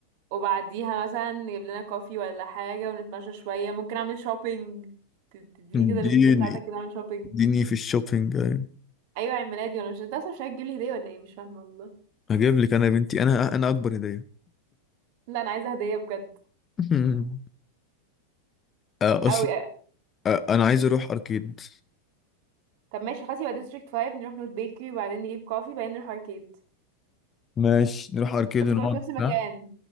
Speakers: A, on the right; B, on the left.
A: وبعديها مثلا نجيب لنا كوفي ولا حاجة ونتمشى شوية ممكن اعمل شوبينج تديني
B: اديني
A: كده الفيزا بتاعتك كده اعمل شوبينج
B: اديني في الشوبينج أيوة.
A: ايوه عيد ميلادي ولا مش انت اصلا مش هتجيب لي هدية ولا ايه مش فاهمة والله
B: هجيب لك انا يا بنتي انا انا اكبر هدية
A: لا انا عايزة هدية بجد
B: <laughs> آه، اصل
A: اوي
B: آه، انا عايز اروح اركيد
A: طب ماشي خلاص يبقى ديستريكت 5 نروح نوت بيكري وبعدين نجيب كوفي وبعدين نروح اركيد
B: ماشي نروح اركيد
A: بس
B: ونقعد
A: كله في نفس المكان
B: ده